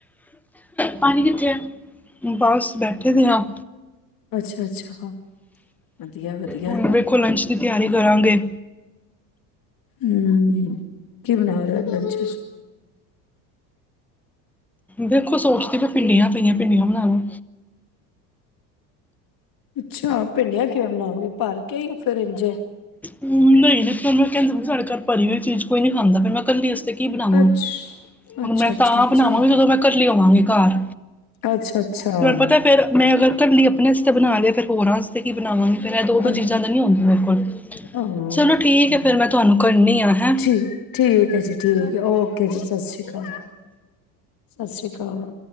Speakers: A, in the centre; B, on the left.
A: ਪਾਣੀ ਕਿੱਥੇ ਆ? ਬਸ ਬੈਠ ਬੈਠੇ ਦੀ ਹਾਂ।
B: ਅੱਛਾ ਅੱਛਾ ਵਧੀਆ ਵਧੀਆ
A: ਹੁਣ ਦੇੇਖੋ ਲੰਚ ਦੀ ਤਿਆਰੀ ਕਰਾਂਗੇ।
B: ਹੂੰ। ਕੀ ਬਣਾ ਰਹੇ ਓ ਲੰਚ ਵਿੱਚ? ਹਮ
A: ਦੇਖੋ ਸੋਚਦੀ ਤਾਂ ਭਿੰਡੀਆਂ ਪਈ ਆਂ, ਭਿੰਡੀਆਂ ਬਣਾ ਲਾਂ।
B: ਅੱਛਾ ਭਿੰਡੀਆਂ ਕਿਵੇਂ ਬਣਾਓਗੇ? ਭਰ ਕਈ ਆ ਫਿਰ ਇੰਝ
A: ਨਹੀਂ ਤੇ ਫਿਰ ਮੈਂ ਕਹਿੰਦਾ ਸਾਡੇ ਘਰ ਭਰੀ ਹੋਈ ਚੀਜ਼ ਕੋਈ ਨਹੀਂ ਖਾਂਦਾ, ਫਿਰ ਮੈਂ ਕੱਲੀ ਵਸਤੇ ਕੀ ਬਣਾਵਾਂ
B: ਅੱਛ ਅੱਛਾ
A: ਹੁਣ ਮੈਂ
B: ਅੱਛਾ
A: ਤਾਂ
B: ਅੱਛਾ
A: ਬਣਾਵਾਂਗੀ ਜਦੋਂ ਮੈਂ ਇਕੱਲੀ ਹੋਵਾਂਗੀ ਘਰ।
B: ਅੱਛਾ ਅੱਛਾ
A: ਤੁਹਾਨੂੰ ਪਤਾ ਫਿਰ ਮੈਂ ਅਗਰ ਇਕੱਲੀ ਆਪਣੇ ਤੇ ਬਣਾ ਲਿਆ ਤੇ ਫਿਰ ਹੋਰਾਂ ਵਾਸਤੇ ਕੀ ਬਣਾਵਾਂਗੇ? ਫਿਰ ਦੋ
B: ਅ
A: ਦੋ ਚੀਜ਼ਾਂ ਤਾਂ ਨਹੀਂ ਹੁੰਦੀਆਂ ਮੇਰੇ ਕੋਲ।
B: ਹਾਂ ਉਹ
A: ਚਲੋ
B: ਤਾਂ ਠੀਕ
A: ਹੈ ਫਿਰ
B: ਐ।
A: ਮੈਂ ਤੁਹਾਨੂੰ ਕਰਨੀ ਆ ਹੈ
B: ਜੀ ਠੀਕ ਐ ਜੀ ਠੀਕ ਐ। ਓਕੇ ਜੀ ਸਤਿ ਸ੍ਰੀ ਅਕਾਲ। ਸਤਿ ਸ੍ਰੀ ਅਕਾਲ।